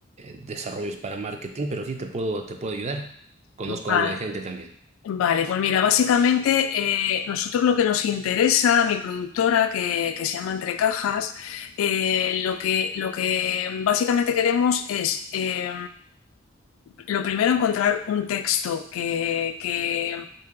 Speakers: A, on the right; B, on the left.
A: desarrollos para marketing, pero sí te puedo, te puedo ayudar. Conozco
B: Vale.
A: algo de gente también.
B: Vale, pues mira, básicamente eh, nosotros lo que nos interesa, mi productora que, que se llama Entre Cajas, eh, lo que, lo que básicamente queremos es, eh, lo primero, encontrar un texto que, que,